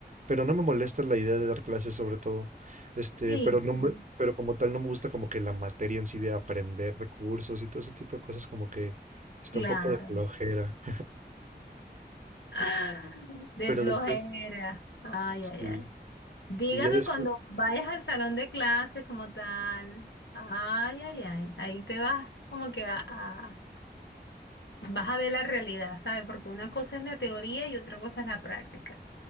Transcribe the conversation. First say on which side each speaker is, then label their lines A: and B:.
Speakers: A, on the right; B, on the left.
A: Pero no me molesta la idea de dar clases sobre todo. Este,
B: Sí,
A: pero no
B: sí,
A: me- pero como tal no me gusta como que la materia en sí de aprender recursos y todo ese tipo de cosas como que está
B: claro.
A: un poco de flojera.
B: <gasps>
A: <laughs>
B: Ah, de
A: Pero
B: flojera.
A: después,
B: Ay,
A: sí.
B: ay, ay. Dígame
A: Y ya después,
B: cuando vayas al salón de clase como tal. Ay, ay, ay. Ahí te vas como que a, a- vas a ver la realidad, ¿sabes? Porque una cosa es la teoría y otra cosa es la práctica.